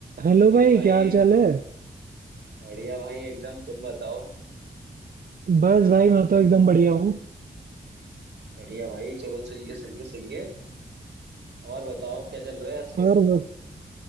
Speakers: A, on the right; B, on the right.
A: Hello
B: Hello
A: भाई
B: भाई
A: क्या हाल चाल है
B: बढ़िया भाई एकदम तुम बताओ
A: बस भाई मैं तो एकदम बढ़िया हूँ
B: बढ़िया भाई चलो सही है सही है सही है और बताओ क्या चल रहा है आजकल
A: पर वो-